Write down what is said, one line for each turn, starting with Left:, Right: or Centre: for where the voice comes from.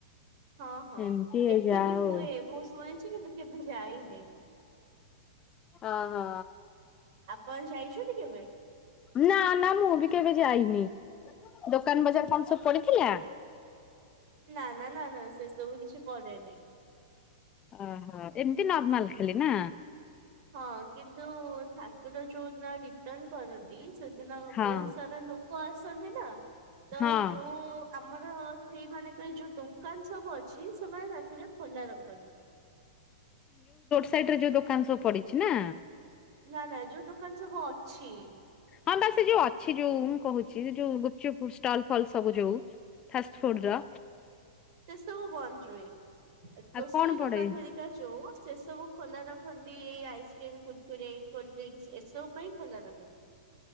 Right: ହଁ ହଁ
Left: ଏମିତି
Right: ଏଠି
Left: ଯାହା
Right: ବି
Left: ହଉ।
Right: ହୁଏ ମୁଁ ଶୁଣେ ଅଛି କିନ୍ତୁ କେବେ ଯାାଇନି।
Left: ଓହୋ
Right: ଆପଣ ଯାଇଛନ୍ତି କେବେ?
Left: ନା ନା ମୁଁ ବି କେବେ ଯାଇ ନି ଦୋକାନ ବଜାର କଣ ସବୁ ପଡିଥିଲା?
Right: ନା ନା ନା ନା ସେ ସବୁ କିଛି ପଡେନି।
Left: ଓହୋ ଏମିତି ନର୍ମାଲ ଖାଲି ନା?
Right: ହଁ କିନ୍ତୁ ଠାକୁର ଯୋଉ ନଡି ରିଟର୍ନ୍ କରନ୍ତି ସେଦିନ
Left: ହଁ
Right: ବହୁତ ସାରା ଲୋକ କୁ ଆସନ୍ତି ନା ତ
Left: ହଁ।
Right: ଯୋଉ ଆମର ସେଇ ମାନଙ୍କ ପାଇଁ ଯୋଉ ଦୋକାନ ସବୁ ଅଛି ସେମାନେ ରାତିରେ ଖୋଲା ରଖନ୍ତି।
Left: ସାଇଡ୍ ରେ ଯୋଉ ଦୋକାନ ସବୁ ପଡିଛି ନା
Right: ନା ନା ଯୋଉ ଦୋକାନ ସବୁ ଅଛି।
Left: ହଁ ବା ସେଯୋଉ ଅଛି ଯୋଉ ମୁଁ କହୁଛି, ଯୋଉ ଗୁପଚୁପ ଷ୍ଟଲ ଫଲ୍ ସବୁ ଯୋଉ ଫାଷ୍ଟଫୁଡ ର
Right: ସେ ସବୁ <unintelligible> ଗ୍ରୋସରୀ
Left: ଆଉ କଣ ପଡେ
Right: ଦୋକାନ ହେରିକା ଯୋଉ, ସେ ସବୁ ଖୋଲା ର ରଖିଛନ୍ତି ଏଇ ଆଇସ୍କ୍ରିମ୍, କୁୁରକୁରେ, କୋଲ୍ଡ୍ରିଙ୍କସ୍ ଏସବୁ ପାଇଁ ଖୋଲା ରଖନ୍ତି।